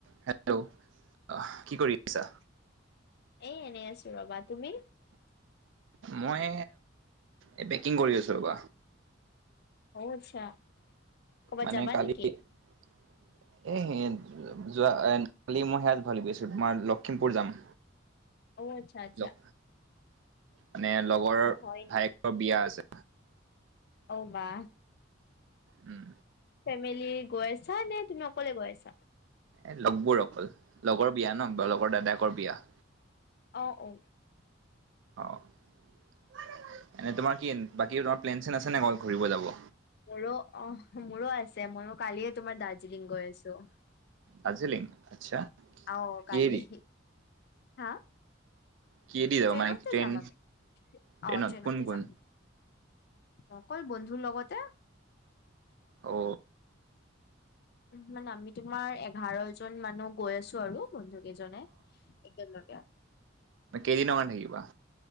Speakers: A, on the right; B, on the left.
A: Hello, আহ কি কৰি আছা?
B: এই এনেই আছো ৰবা, তুমি?
A: মই এ পেকিং কৰি আছো ৰ'বা।
B: অহ, আচছা ক'বাত
A: মানে
B: যাবা
A: কালি
B: নেকি?
A: <inaudible> এ যোৱা কালি মই সে <unintelligible> তোমাৰ লখিমপুৰ যাম।
B: অহ, আচ্ছা -আচ্ছা।
A: লগ মানে লগৰ
B: অ
A: ভায়েকৰ
B: হয়
A: বিয়া আছে।
B: অহ, বা
A: উম
B: ফেমিলি গৈ আছা নে তুমি অকলে গৈ আছা?
A: এ লগবোৰ অকল লগৰ বিয়া ন' লগৰ দাদায়কৰ বিয়া।
B: অহ - ঔ।
A: অ এনে তোমাৰ কি বাকী তোমাৰ প্লেন চেন আছে নে ঘুৰিব যাব
B: মোৰো অ মোৰো আছে মই ও কালিয়ে তোমাৰ দাৰ্জিলিং গৈ আছো।
A: দাৰ্জিলিং আচ্ছা
B: অহ
A: কিহেদি
B: কালি, হা
A: কিহেদি যাবা
B: ট্ৰেইনতে
A: মানে ট্ৰেইন
B: যাম আমি
A: ট্ৰেইনত
B: অ ট্ৰেইনতে
A: কোন কোন?
B: যাম। অকল বন্ধুৰ লগতে
A: ঔ
B: উম মানে আমি তোমাৰ এঘাৰ জন মানুহ গৈ আছো আৰু বন্ধুকেইজনে একেলগে
A: কেইদিন ৰ কাৰণে থাকিবা